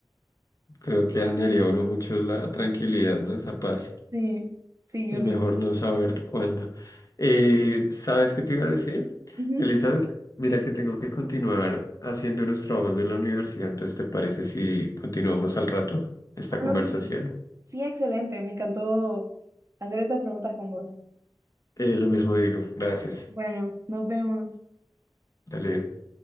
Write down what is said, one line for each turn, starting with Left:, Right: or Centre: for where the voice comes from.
Left: Creo que dañaría a uno mucho la tranquilidad, ¿no? Esa paz.
Right: Sí, sí, yo
Left: Es mejor
Right: creo que
Left: no
Right: sí.
Left: saber cuándo. Eh, ¿sabes qué te iba a decir?
Right: Ujú.
Left: Elizabeth, mira que tengo que continuar haciendo unos trabajos de la universidad, entonces ¿te parece si continuamos al rato esta
Right: Ah,
Left: conversación?
Right: no, sí. Sí, excelente. Me encantó hacer estas preguntas con vos.
Left: Eh, lo mismo digo, gracias.
Right: Bueno, nos vemos.
Left: Dale.